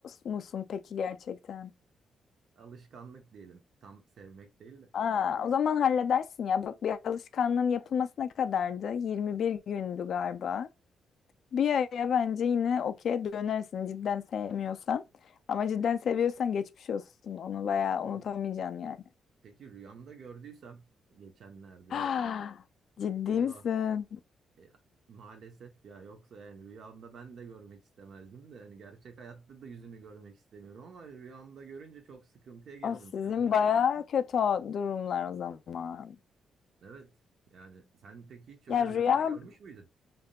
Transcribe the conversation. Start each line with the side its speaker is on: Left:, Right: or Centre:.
Left: musun peki gerçekten?
Right: Alışkanlık diyelim. Tam sevmek değil de.
Left: Aa, o zaman halledersin ya. Bak bir alışkanlığın yapılmasına kadardı. 21 gündü galiba. Bir aya bence yine okey dönersin cidden sevmiyorsan. Ama cidden seviyorsan geçmiş olsun. Onu bayağı
Right: Evet.
Left: unutamayacaksın yani. <gasps>
Right: Peki rüyamda gördüysem geçenlerde
Left: Ah, Ciddi
Right: eyvah
Left: misin?
Right: Ya, maalesef ya yoksa yani rüyamda ben de görmek istemezdim de yani gerçek hayatta da yüzünü görmek istemiyorum ama rüyamda görünce çok sıkıntıya girdim
Left: O sizin
Right: ya.
Left: bayağı kötü o durumlar o zaman.
Right: Evet yani sen peki hiç öyle
Left: Ya rüya
Right: rüyamda görmüş müydün?